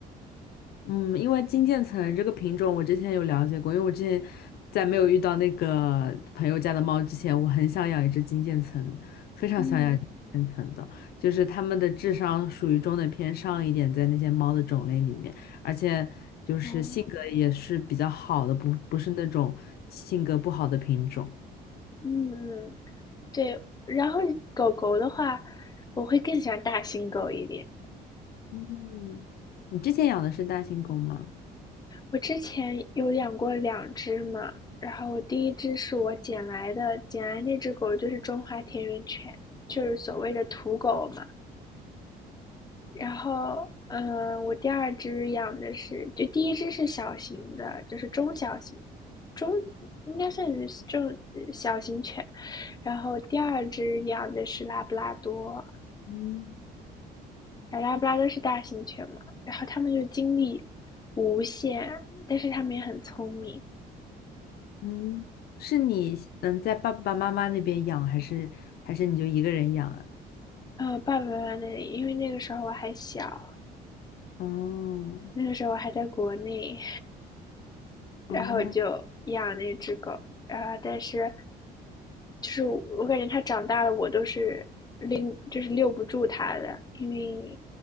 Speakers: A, on the left; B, on the left.
A: 嗯，因为金渐层这个品种我之前有了解过，因为我之前在没有遇到那个朋友家的猫之前，我很想养一只金渐层，非常想养一只金渐层的，
B: 嗯，
A: 就是它们的智商属于中等偏上一点，在那些猫的种类里面，而且就是性格也是比较好的，
B: 哦，
A: 不不是那种性格不好的品种。
B: 嗯嗯，对。然后狗狗的话，我会更喜欢大型狗一点。
A: 嗯，你之前养的是大型狗吗？
B: 我之前有养过两只嘛，然后我第一只是我捡来的，捡来那只狗就是中华田园犬，就是所谓的土狗嘛。然后，嗯，我第二只养的是，就第一只是小型的，就是中小型，中应该算是中呃小型犬。然后第二只养的是拉布拉多，
A: 嗯
B: 拉布拉多是大型犬嘛。然后它们就精力无限，但是它们也很聪明。
A: 嗯，是你嗯在爸爸妈妈那边养，还是还是你就一个人养啊？
B: 呃，爸爸妈妈那里，因为那个时候我还小，
A: 哦
B: 那个时候我还在国内，<laughs> 然后就养那只狗，
A: 哦，
B: 啊、呃但是就是我感觉它长大了，我都是拎，就是遛不住它的，因为